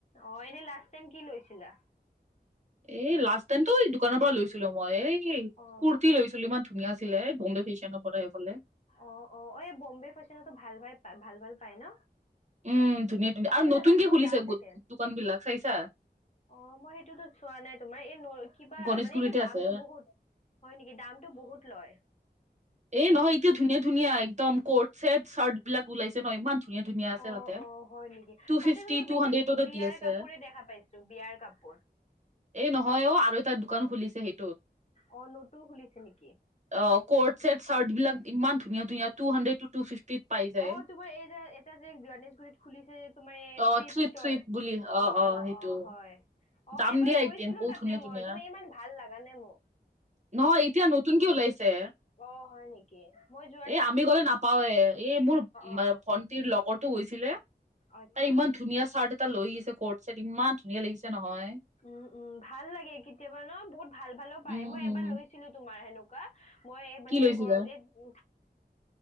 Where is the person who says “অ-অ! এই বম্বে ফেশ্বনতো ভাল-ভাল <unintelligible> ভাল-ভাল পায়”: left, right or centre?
Left